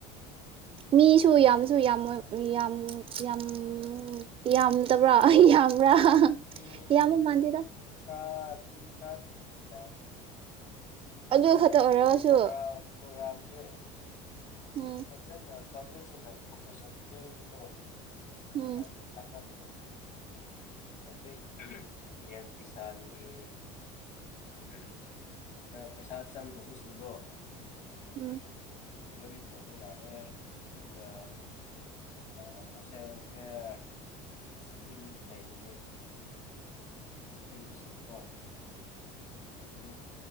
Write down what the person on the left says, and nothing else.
ꯎꯝ
ꯀꯨꯟꯊ꯭ꯔꯥ ꯀꯨꯟꯊ꯭ꯔꯥꯒꯨꯝꯕꯗꯤ ꯂꯥꯛꯑꯦ
ꯁꯤꯒꯨꯝꯕ ꯄ꯭ꯔꯣꯒ꯭ꯔꯥꯝ ꯄ꯭ꯔꯣꯒ꯭ꯔꯥꯝꯁꯦ
ꯐꯖꯅ ꯄꯕ꯭ꯂꯤꯁꯤꯡꯅ ꯀꯣꯄꯔꯦꯁꯟ ꯄꯤꯔꯗꯤꯀꯣ
ꯌꯥꯝ <unintelligible> ꯍꯧꯖꯤꯛ ꯄꯤ ꯑꯦꯝ ꯀꯤꯁꯥꯟꯒꯤ ꯎꯝ ꯄꯩꯁꯥ ꯆꯪꯕ ꯃꯤꯁꯤꯡꯗꯣ
ꯏꯟꯀ꯭ꯋꯥꯏꯔꯤ ꯇꯧꯕ ꯌꯥꯔꯦ ꯑꯗꯨꯒ ꯑ ꯁꯣꯁꯦꯜ ꯋꯦꯜꯐꯦꯌꯥꯔ ꯑꯩꯈꯣꯏꯒꯤ ꯏꯁꯀꯤꯝꯖꯨ ꯂꯩꯕꯅꯦ ꯏꯁꯀꯤꯝꯁꯤꯡꯗꯣ ꯍꯧꯖꯤꯛ